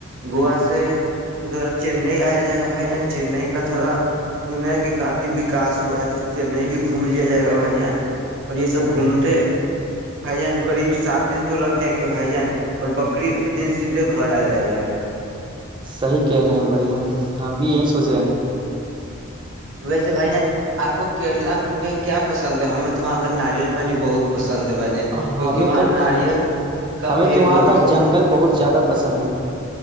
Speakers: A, on the right (about 60°); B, on the right (about 20°).
A: گوا سے ادھر چنئی آیا جائے گا بھائی جان چنئی کا تھوڑا سنا ہے کہ کافی وکاس ہوا ہے تو چنئی بھی گھوم لیا جائے گا بھائی جان اور یہ سب گھومتے بھائی جان قریب سات دن تو لگ جائیں گے بھائی جان اور بقرریید کے دن سیدھے گھر آ جایا جائے گا
B: صحیح کہہ رہے ہیں بھائی جان ہم بھی یہی سوچ رہے ہیں
A: ویسے بھائی جان آپ کو کیرلا میں کیا پسند ہے ہمیں تو وہاں کا ناریل پانی بہت پسند ہے بھائی جان
B: ہمیں
A: کیونکہ وہاں
B: تو
A: ناریل کا
B: ہمیں
A: پیڑ
B: تو وہاں
A: بہت
B: کا
A: ہوتا
B: جنگل بہت زیادہ پسند ہے